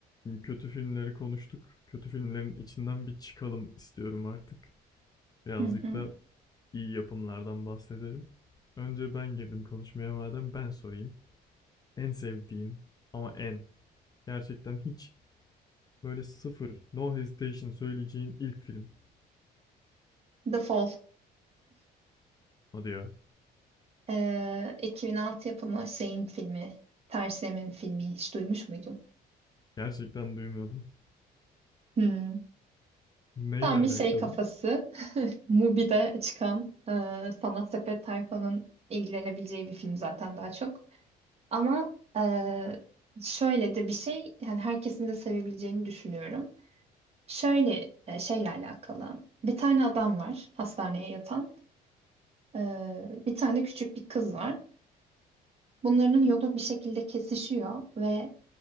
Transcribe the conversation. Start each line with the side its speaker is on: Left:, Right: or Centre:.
Left: Şimdi kötü filmleri konuştuk. Kötü filmlerin içinden bir çıkalım istiyorum artık. Birazcık
Right: Hı hı.
Left: da iyi yapımlardan bahsedelim. Önce ben girdim konuşmaya madem ben sorayım. En sevdiğin ama en gerçekten hiç böyle sıfır no hesitation söyleyeceğin ilk film.
Right: The Fall.
Left: Hadi ya.
Right: Ee, 2006 yapımı şeyin filmi. Tersem'in filmi. Hiç duymuş muydun?
Left: Gerçekten duymuyordum.
Right: Hmm.
Left: Neyle
Right: Tam
Left: alakalı?
Right: bir şey kafası. <laughs> Mubi'de çıkan e, Sanat Sepet tayfanın ilgilenebileceği bir film zaten daha çok. Ama e, şöyle de bir şey. Yani herkesin de sevebileceğini düşünüyorum. Şöyle e, şeyle alakalı. Bir tane adam var hastaneye yatan. E, bir tane küçük bir kız var. Bunların yolu bir şekilde kesişiyor ve